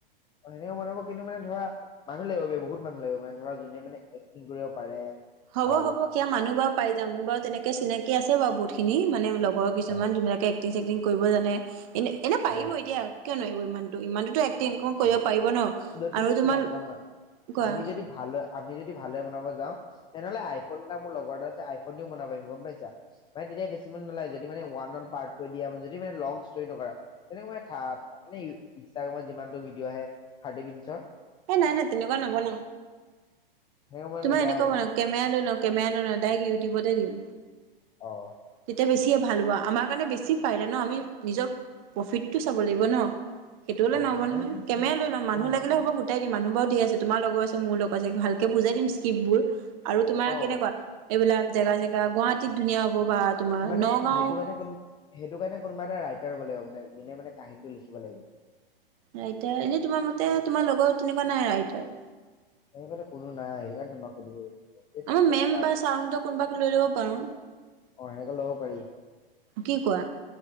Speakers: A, on the left; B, on the right.
A: অঁ সেনেকে বনাব কিন্তু মানে ধৰা মানুহ লাগিব বে বহুত মানুহ লাগিব মানে ধৰা যোনে মানে এক্টিং কৰিব পাৰে
B: হ'ব-হ'ব
A: ভাল
B: সেয়া মানুহ বাৰু পাই যাম। মোৰ বাৰু তেনেকে চিনাকি আছে। বহুত খিনি, মানে কিছুমান
A: অ
B: ধুনীয়াকে এক্টিং-চেক্টিং কৰিব জানে। এনে-এনেই পাৰিব
A: অ
B: এতিয়া কিয় নোৱাৰিব ইমানটো, ইমানোতো এক্টিং কৰিব
A: অ
B: পাৰিব ন?
A: যদি
B: আৰু
A: শুনা
B: তোমাৰ,
A: শুনা শুনা
B: কোৱা?
A: আমি যদি ভালদৰে আমি যদি ভালদৰে বনাব যাওঁ। তেনেহলে আইফোন এটা মোৰ লগৰ এটাৰ আছে, আইফোনতে দি বনাব পাৰিম গম পাইছা? মানে তেতিয়া বেছি মানুহ নালাগে যদি মানে ওৱান-ওৱান পাৰ্ট কৰি দিয়া যদি মানে লং ষ্টৰি নকৰা, তেনেকৈ মানে ইনষ্টাগ্ৰামত যিমানটো ভিডিঅ' আহে, টাৰ্টি মিনিটচৰ।
B: এ নাই-নাই তেনেকুৱা নবনাও।
A: সেনেকে বনালে
B: তোমাৰ
A: বেয়া
B: এনেকুৱা
A: হ'ব
B: বনাম
A: ন
B: কেমেৰা লৈ লম-কেমেৰা লৈ লম, ডাইৰেক্ট ইউটিউবতে দিম।
A: অহ।
B: তেতিয়া বেছিয়ে ভাল হ'ব আমাৰ কাৰণে বেছি ফাইদা ন? আমি নিজৰ প্ৰফিটটো চাব লাগিব ন? সেইটো হলে
A: অ
B: নহব
A: সেনেকে
B: নহয়। কেমেৰা লৈ ল'ম। মানুহ
A: অ
B: লাগিলে হবো গোটেই গোটাই দিম। মানুহ বাৰু ধেই আছে, তোমাৰ লগৰো আছে মোৰ লগৰো আছে। ভালকে বুজাই দিম স্কিপবোৰ। আৰু তোমাৰ
A: অ
B: কেনেকুৱা, এইবিলাক জেগা-জেগা গুৱাহাটীত ধুনীয়া হ'ব। বা তোমাৰ
A: মানে
B: নগাঁও
A: সেইটো কাৰণে কোন সেইটো কাৰণে কোনোবা এটা ৰাইটাৰ হ'ব লাগিব মানে যোনে মানে কাহিনীটো লিখিব লাগিব।
B: ৰাইটাৰ এনেই তোমাৰ মতে, তোমাৰ লগৰ তেনেকুৱা নাই ৰাইটাৰ?
A: এনেকুৱো কোনো নাই সেইকাৰণেটো তোমাক সুধিলো। যদি
B: আমাৰ মে'ম
A: ৰাইট-
B: বা ছাৰহঁতৰ কোনোবাক লৈ ল'ব পাৰো।
A: অহ, হেনেকে ল'ব পাৰি।
B: কি কোৱা?